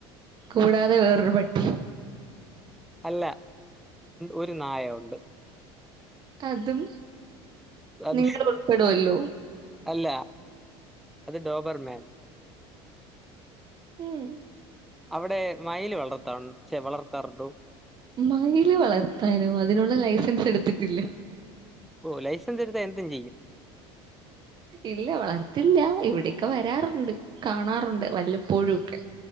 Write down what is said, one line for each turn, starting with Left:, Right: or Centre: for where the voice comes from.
Right: കൂടാതെ വേറൊരു പട്ടി
Centre: അല്ല ഒരു നായ ഉണ്ട്
Right: അതും
Centre: അത്
Right: നിങ്ങളുൾപ്പെടുല്ലോ
Centre: അല്ല അത് ഡോബർ മാൻ
Right: ഉം
Centre: അവിടെ മയിൽ വളർത്താ ശേ വളർത്താറുണ്ടോ
Right: മയിൽ വളർത്താനോ അതിനുള്ള ലൈസൻസ് എടുത്തിട്ടില്ല
Centre: ഓ ലൈസൻസ് എടുത്താ എന്തും ചെയ്യും
Right: ഇല്ല വളർത്തില്ല ഇവിടെയൊക്കെ വരാറുണ്ട് കാണാറുണ്ട് വല്ലപ്പോഴും ഒക്കെ